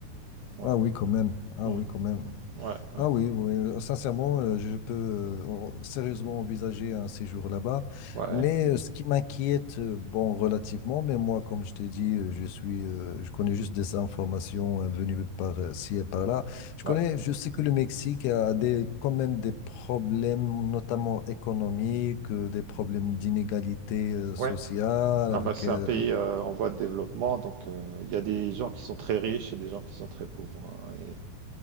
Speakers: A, on the right; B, on the left.
A: Ouais.
B: Ah oui, quand même. Ah
A: Mm.
B: oui, quand même.
A: Ouais, ouais,
B: Ah oui, oui, euh, sincèrement, euh, je peux euh, en- sérieusement envisager un séjour là-bas.
A: Ouais,
B: Mais euh, ce qui m'inquiète, euh, bon, relativement, mais moi, comme je t'ai dit, euh, je suis, euh, je connais juste des informations euh, venues par euh, ci et par là. Je connais,
A: ouais,
B: je sais que le Mexique a des, quand même des problèmes, notamment économiques, euh, des problèmes d'inégalité euh, sociale,
A: ouais.
B: avec,
A: Ah bah c'est
B: euh,
A: un pays euh, en voie de développement, donc euh, il y a des gens qui sont très riches et des gens qui sont très pauvres. hein, et